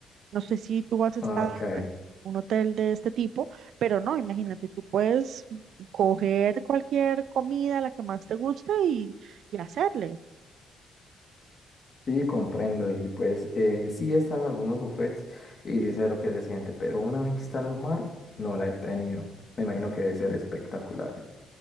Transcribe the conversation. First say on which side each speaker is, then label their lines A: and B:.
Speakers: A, on the right; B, on the left.
A: No sé si tú has estado
B: Ok,
A: en un hotel de este tipo, pero no, imagínate, tú puedes coger cualquier comida, la que más te gusta y y hacerle.
B: sí, comprendo. Y pues, eh, sí están algunos buffets y sí sé lo que se siente, pero una vista al mar no la he tenido. Me imagino que debe ser espectacular.